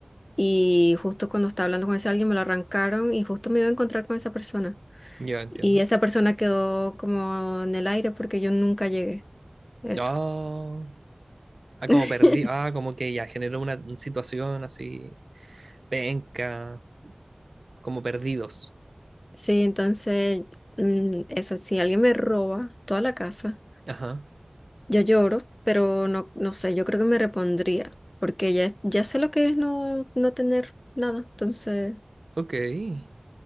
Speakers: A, on the left; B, on the right.
A: y justo cuando estaba hablando con ese alguien me lo arrancaron y justo me iba a encontrar con esa persona.
B: ya entiendo.
A: Y esa persona quedó como en el aire porque yo nunca llegué. Eso.
B: Ah, ah,
A: <laughs>
B: como perdí, ah, como que ya generó una situación así, penca, como perdidos.
A: Sí, entonces, mm, eso, si alguien me roba toda la casa,
B: Ajá,
A: yo lloro, pero no, no sé, yo creo que me repondría, porque ya, ya sé lo que es no, no tener nada, entonces
B: ok.